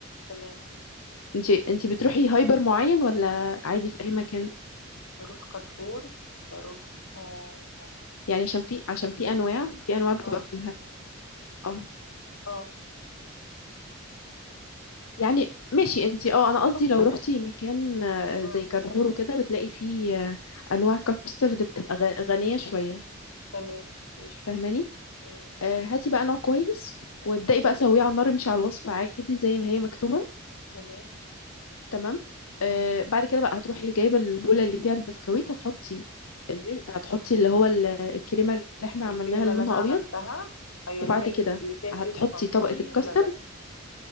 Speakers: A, on the left; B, on the left.
A: تمام
B: انت انت بتروحي هايبر معين ولا عادي في اي مكان
A: بروح كارفور بروح اه
B: يعني عشان في عشان في انواع في انواع بتبقى
A: اه
B: في الها اه
A: اه
B: يعني ماشي انت اه انا قصدي
A: اوكي
B: لو روحتي مكان آه،
A: مم.
B: زي كارفور وكده بتلاقي فيه آه، انواع كاسترد بتبقى غ- غنية شوية
A: تمام ماشي
B: فاهماني
A: مم.
B: آه، هاتي بقى نوع كويس
A: مم.
B: وابدأي بقى سويه على النار مش على الوصفة عادي زي ما هي مكتوبة
A: تمام
B: تمام آه
A: مم.
B: بعد كده بقى هتروحي جايبه البوله اللي فيها البسكويت هتحطي اللي هتحطي اللي هو ال- الكريمه اللي احنا
A: الكريمة
B: عملناها اللي
A: اللي
B: لونها
A: انا عملتها
B: ابيض
A: ايوه
B: وبعد
A: اللي هي الكر-
B: كده
A: اللي فيها كريم
B: هتحطي
A: شانتيه
B: طبقه الكاسترد
A: ولبن